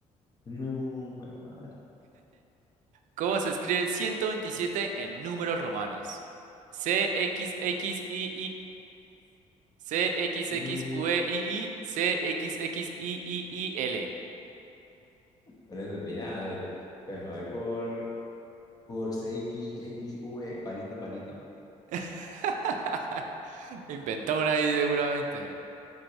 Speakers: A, on the left; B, on the right.
A: No, jue madre,
B: ¿Cómo se escribe 127 en números romanos? CXXIIIX, CXXVII,
A: no.
B: CXXIIIL.
A: No le entendí nada, tío. Pues me voy por, por C x x CXXV, palito, palito.
B: <laughs> Inventó una ahí seguramente.